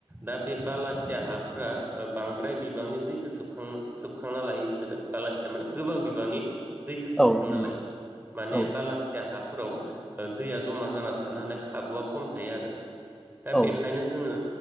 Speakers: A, on the right; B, in the centre.
A: दा बे बालासिया हाफोरा ओ बांद्राय बिबांनि दैखौ सोबखां सोबखांना लायो बिसोरो बालासिया माने गोबां बिबांनि दैखौ सोबखांना
B: औ नंगौ
A: लायो। माने
B: औ
A: बालासिया हा फोराव दैया जमा जाना थानो हानाय खाबुआ खम थायो आरो। दा
B: औ
A: बेखायनो जोङो